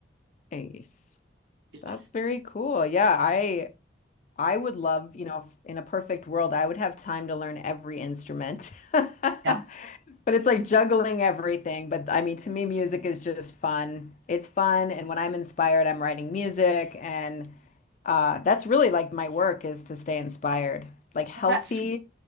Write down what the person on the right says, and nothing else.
you
know,
yeah,
that's